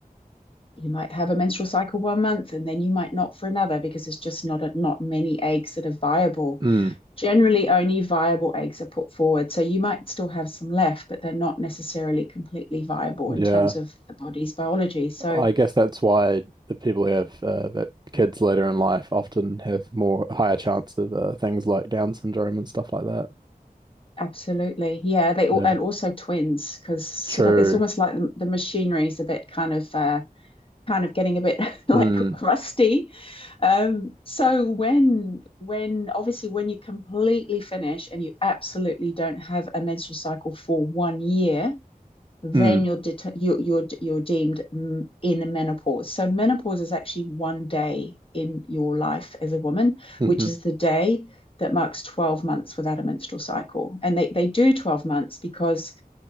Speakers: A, on the left; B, on the right.
A: you might have a menstrual cycle one month and then you might not for another because there's just not a, not many eggs that are viable.
B: Mm.
A: Generally, only viable eggs are put forward, so you might still have some left, but they're not necessarily completely viable
B: Yeah.
A: in terms of the body's biology. So
B: I guess that's why the people who have uh, that kids later in life often have more higher chance of uh, things like Down syndrome and stuff like that.
A: Absolutely. Yeah, they all
B: Yeah.
A: and also twins because sort
B: True.
A: of it's almost like the, the machinery is a bit kind of uh, kind of getting a bit <laughs> like
B: Mm.
A: rusty. Um, so when when obviously when you completely finish and you absolutely don't have a menstrual cycle for one year, then
B: Mm.
A: you're det- you're you're you're deemed mm, in menopause. So menopause is actually one day in your life as a woman,
B: Mm-hmm.
A: which is the day that marks 12 months without a menstrual cycle. And they, they do 12 months because